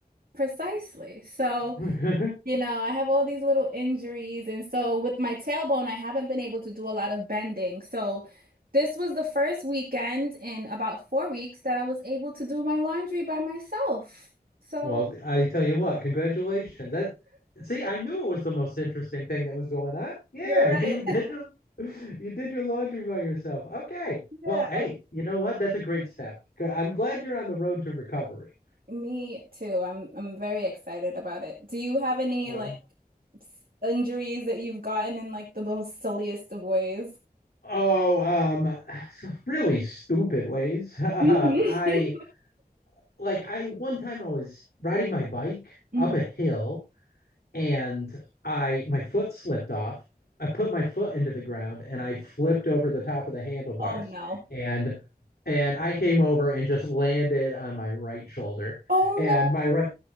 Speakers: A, on the right; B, on the left.
A: Precisely. So
B: <laughs>
A: You know, I have all these little injuries. And so with my tailbone, I haven't been able to do a lot of bending. So this was the first weekend in about four weeks that I was able to do my laundry by myself. So
B: Well, I tell you what, congratulations. That see, I knew it was the most interesting thing that was going on. Yeah,
A: you're right.
B: <laughs> you did
A: <laughs>
B: your <laughs> you did your laundry by yourself. Okay.
A: Yeah.
B: Well, hey, you know what? That's a great step. i I'm glad you're on the road to recovery.
A: Me too. I'm I'm very excited about it. Do you have any
B: Uh,
A: like s- injuries that you've gotten in like the most silliest of ways?
B: oh, um, <sighs> so really stupid ways. <laughs>
A: <laughs> Mhm.
B: Um, I like I one time I was riding my bike
A: Mhm.
B: up a hill and I my foot slipped off. I put my foot into the ground and I flipped over the top of the handlebars
A: Oh no.
B: and and I came over and just landed on my right shoulder
A: Oh
B: and
A: no.
B: my right